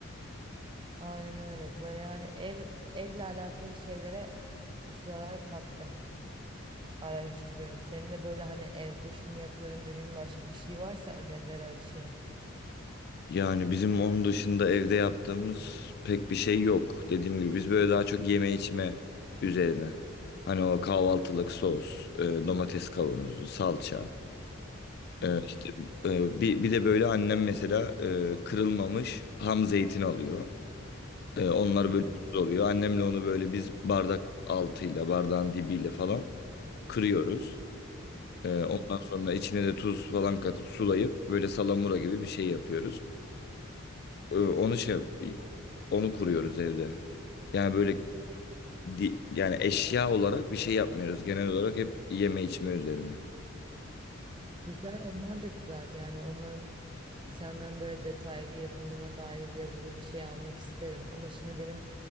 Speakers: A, on the right (about 25°); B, on the left (about 50°).
A: Aynen öyle. Böyle yani ev evle alakalı şeylere bu sıralar taktım. Araştırıyorum. Senin de böyle hani evde şunu yapıyorum dediğin başka bir şey varsa önerileri açayım.
B: Yani bizim onun dışında evde yaptığımız pek bir şey yok. Dediğim gibi biz böyle daha çok yeme içme üzerine. Hani o kahvaltılık sos, e, domates kavanozu, salça.
A: Hı
B: E,
A: hı.
B: işte e, bir, bir de böyle annem mesela e, kırılmamış ham zeytin alıyor. E, onlar
A: Hı hı.
B: böyle ucuz oluyor. Annemle onu böyle biz bardak altıyla, bardağın dibiyle falan kırıyoruz. E,
A: Hı
B: ondan
A: hı.
B: sonra içine de tuz falan katıp sulayıp böyle salamura gibi bir şey yapıyoruz. Ee, Onu şey yap- onu kuruyoruz evde. Yani böyle di- yani eşya olarak bir şey yapmıyoruz. Genel olarak hep yeme içme üzerine.
A: Güzel, onlar da güzel. Yani onların senden böyle detaylı yapımına dair yazılı bir şey almak isterim. Ama şimdi benim